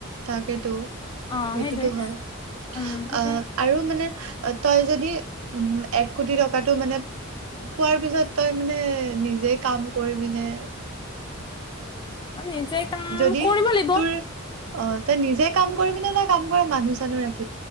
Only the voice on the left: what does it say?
অ
সেইটোৱে
উম সেইটোৱে
অ', নিজে কাম
কৰিব লাগিব।